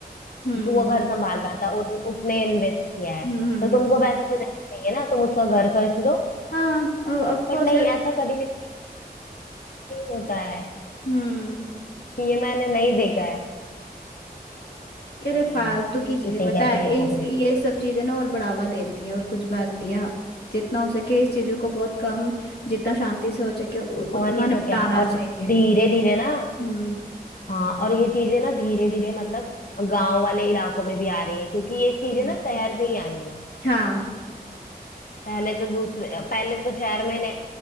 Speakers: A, on the left (about 85°); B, on the left (about 60°).
A: हम्म
B: तो वो
A: हम्म
B: घर संभाल रहा था उन, उसने इन्वेस्ट किया है
A: हम्म
B: तो तुमको पैसे देने चाहिए ना तुम उसका घर खर्च दो
A: हाँ और ऑफ कोर्स
B: बट नहीं
A: यार
B: ऐसा कभी नहीं होता है
A: हम्म
B: ये मैंने नहीं देखा है
A: यार
B: वही
A: ये फालतू
B: है इसे
A: की चीजें पता
B: कहते
A: है
B: हैं हिपोक्रेसी
A: इस ये सब चीजें ना और बढ़ावा देती हैं और कुछ बात नहीं है जितना हो सके इस चीजों को बहुत कम जितना शांति से हो सके उ- उतना
B: और नहीं
A: निपटाना
B: तो क्या और
A: चाहिए
B: धीरे धीरे ना
A: हम्म
B: हाँ और ये चीजें ना धीरे धीरे मतलब गांव वाले इलाकों में भी आ रही है क्योंकि ये चीजें
A: हम्म,
B: ना शहर से ही आई हैं
A: हाँ
B: पहले तो दूसरे पहले तो शहर में नहीं